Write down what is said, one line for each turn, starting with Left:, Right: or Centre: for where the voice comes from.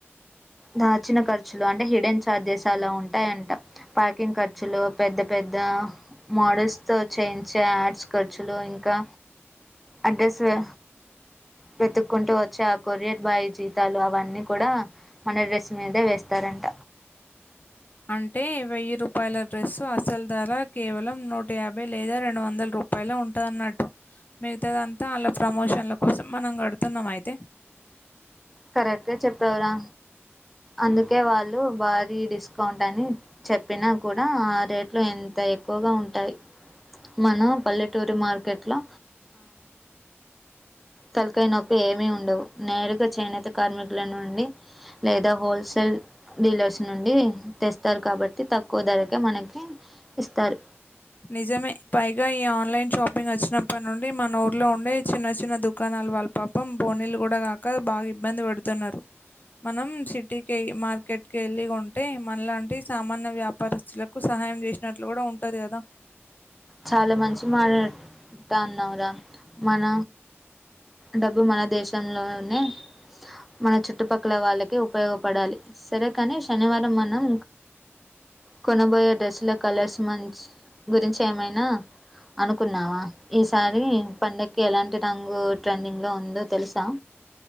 Centre: దాచిన ఖర్చులు అంటే హిడేన్ ఛార్జెస్ అలా ఉంటాయంట పార్కింగ్ ఖర్చులు పెద్ద పెద్ద మోడల్స్ తో చేయించే యాడ్స్ ఖర్చులు ఇంకా అ డ్రస్ వి వెతుక్కుంటూ వచ్చే ఆ కొరియర్ బాయ్ జీతాలు అవన్నీ కూడా మన డ్రెస్ మీదే వేస్తారంట
Left: అంటే వెయ్యి రూపాయల డ్రెస్సు అసలు ధర కేవలం నూట యాభై లేదా రెండు వందల రూప రూపాయిలే ఉంటది అన్నట్టు మిగతాదంతా వాళ్ళ ప్రమోషన్ల కోసం మనం గడుతున్నామా అయితే
Centre: కరెక్ట్గా చెప్పావు రా అందుకే వాళ్ళు భారీ డిస్కౌంట్ అని చెప్పినా కూడా ఆ రేట్లు ఎంత ఎక్కువగా ఉంటాయి మన పల్లెటూరి మార్కెట్లో తలకాయ నొప్పి ఏమి ఉండవు నేరుగా చేనేత కార్మికుల నుండి లేదా హోల్సేల్ డీలర్స్ నుండి తెస్తారు కాబట్టి తక్కువ ధరకే మనకి ఇస్తారు
Left: నిజమే పైగా ఈ ఆన్లైన్ షాపింగ్ వచ్చినప్పటి నుండి మన ఊర్లో ఉండే చిన్న చిన్న దుకాణాల వాళ్ళ పాపం బోనీలు గూడా కాక బాగా ఇబ్బంది పెడుతున్నారు మనం సిటీకి మార్కెట్ కి వెళ్ళి కోంటే మనలాంటి సామాన్య వ్యాప్ పరిస్థితులకు సహాయం చేసినట్లు కూడా ఉంటది గదా
Centre: చాలా మంచి మాట అన్నావు ర మన డబ్బు మన దేశంలోనే మన చుట్టుపక్కల వాళ్ళకి ఉపయోగపడాలి సరే కాని శనివారం మనం కొనబోయే డ్రెస్సుల కలర్స్ మంచి గురించి ఏమైనా అనుకున్నావా ఈసారీ పండగకి ఎలాంటి రంగు ట్రెండింగ్ లో ఉందో తెలుసా